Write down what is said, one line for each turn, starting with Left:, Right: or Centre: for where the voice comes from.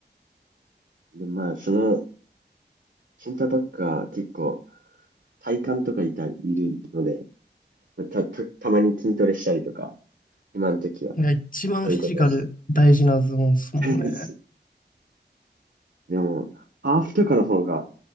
Right: でまあその、センターバックは結構体幹とかいた、いるので、まあた、た、たまに筋トレしたりとか、今の時は、
Left: いや、一番フィジカル大事なズボンですもんね。
Right: そういうことです。はいでも、ハーフとかの方が、